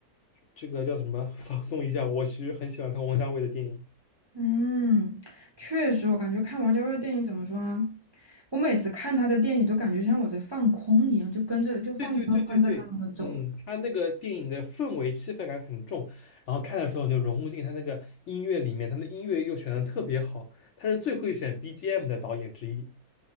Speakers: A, on the left; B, on the right.
A: 这个叫什么 <laughs> 放松一下。我其实很喜欢看王家卫的电影。
B: 嗯，确实，我感觉看王家卫的电影怎么说呢？我每次看他的电影都感觉像我在放空一样，就跟着就放空跟着他那个走。
A: 对对对对对，嗯，他那个电影的氛围气氛感很重，然后看的时候你就融入进他那个音乐里面，他的音乐又选的特别好，他是最会选 BGM 的导演之一。